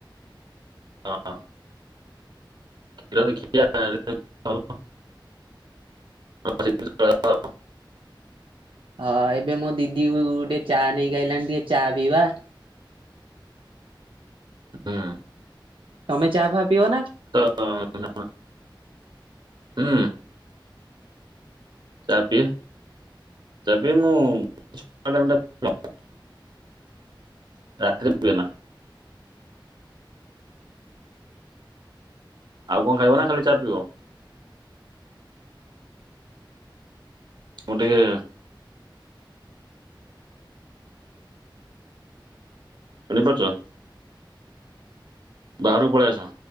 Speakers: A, on the right (about 60°); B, on the right (about 80°).
A: ହଁ। କ୍ଷୀର ଦେଖିବା ଆଣିଲେ ହବ। ନହେଲେ ସେଇଥିରେ ଚଳେଇଦବା ଆଉ।
B: ହଁ ଏବେ ମୋ ଦିଦି ଉ ଟିକେ ଚା ନେଇକି ଆଇଲାଣି ଟିକେ ଚା ପିଇବା।
A: ହୁଁ।
B: ତମେ ଚାହା ଫାହା ପିଅ ନା?
A: ହଁ ହୁଁ। ଚା ପିଏ। ଚା ପିଏ ମୁଁ ସକାଳ ଟାଇମ୍ ଟା। <inaudible> ରାତିରେ ପିଏନା। ଆଉ କଣ ଖାଇବ ନା ଖାଲି ଚା ପିଇବ? ମୁଁ ଟିକେ। ଶୁଣି ପାରୁଚ? ବାହାର କୁ ପଳେଇଆସ।